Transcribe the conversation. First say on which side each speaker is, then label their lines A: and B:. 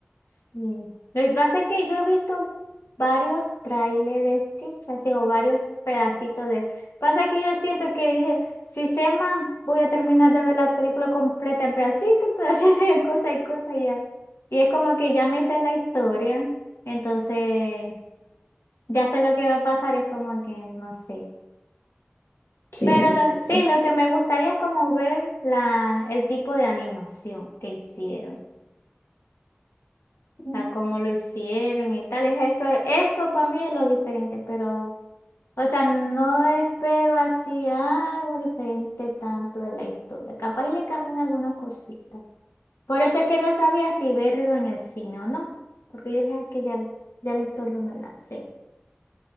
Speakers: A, on the left; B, on the left.
A: Sí. Lo que pasa es que yo he visto varios trailers de Stitch, así, o varios pedacitos de. Pasa que yo siento que dije, si sé más, voy a terminar de ver la película completa en pedacitos, en pedacitos, y en cosas y cosas y ya. Y es como que ya me sé la historia, entonces. Ya sé lo que va a pasar, es como que no sé.
B: Sí,
A: Pero
B: perfecto.
A: lo- sí, lo que me gustaría es como ver la, el tipo de animación que hicieron, o
B: Mm,
A: sea, cómo lo hicieron y tal. Es eso, eso para mí es lo diferente, pero, o sea, no espero así algo diferente tanto de la historia. Capaz y le cambien alguna cosita. Por eso es que no sabía si verlo en el cine o no, porque yo dije "Ay, que ya, ya la historia me la sé.